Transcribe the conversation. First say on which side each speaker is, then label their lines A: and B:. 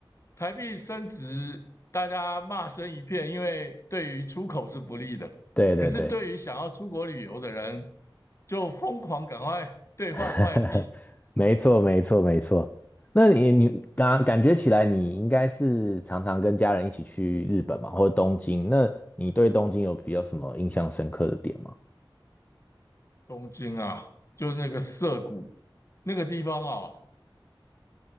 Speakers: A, on the left (about 35°); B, on the left (about 20°).
A: 台币升值，大家骂声一片，因为对于出口是不利的。
B: 对对对，
A: 可是对于想要出国旅游的人，就疯狂赶快兑换外币。
B: <laughs> 没错没错没错。那你你感感觉起来，你应该是常常跟家人一起去日本嘛，或者东京。那你对东京有比较什么印象深刻的点吗？
A: 东京啊，就是那个涩谷那个地方啊，